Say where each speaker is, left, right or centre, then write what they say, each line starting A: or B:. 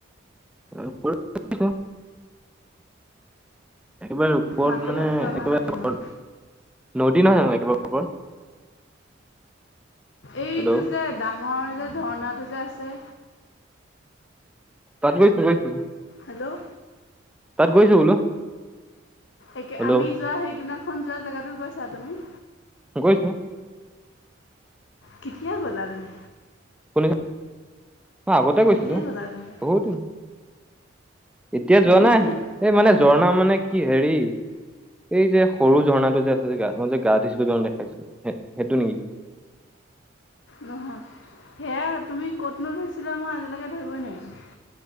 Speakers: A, in the centre; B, on the left.
A: এ ওপৰত গৈছোঁ। একেবাৰে ওপৰত
B: মাতটো
A: মানে
B: ভালকৈ অহা
A: একেবাৰে
B: নাই তোমাৰ
A: নদী নহয় জানো একেবাৰে ওপৰত
B: এইটো
A: হেল্ল'
B: যে ডাঙৰ যে ঝৰ্ণাটো যে আছে।
A: তাত গৈছো গৈছো
B: হেল্ল'
A: তাত গৈছো বোলো
B: একে
A: হেল্ল'
B: আমি যোৱা সেইদিনাখন যোৱা জেগাটোত গৈছা তুমি
A: গৈছোঁ
B: কেতিয়া গ'লা তুমি?
A: শুনিছো <inaudible> মই আগতে গৈছিলোঁ
B: কেতিয়া গ'লা তুমি
A: বহুত দিন এতিয়া যোৱা
B: বহুত
A: নাই এই
B: দিন
A: মানে ঝৰ্ণা মানে কি হেৰি এই যে সৰু ঝৰ্ণাটো যে আছে যে গা মই যে গা ধুইছিলো <unintelligible> দেখাইছিলোঁ সেইটো নেকি?
B: নহয় সেয়া তুমি ক'তনো ধৰিছিলা মই আজিলৈকে ধৰিবই নোৱাৰিলো